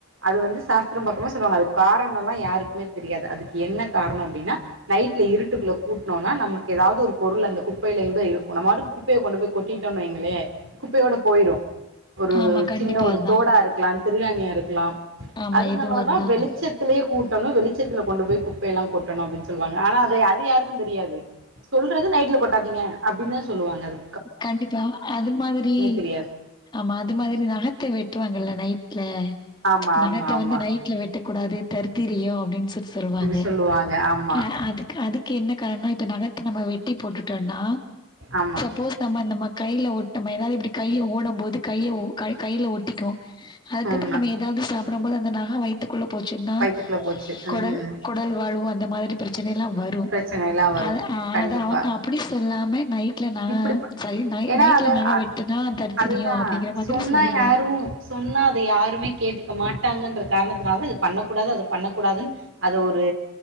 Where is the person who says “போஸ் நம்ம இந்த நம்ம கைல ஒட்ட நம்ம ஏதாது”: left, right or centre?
Left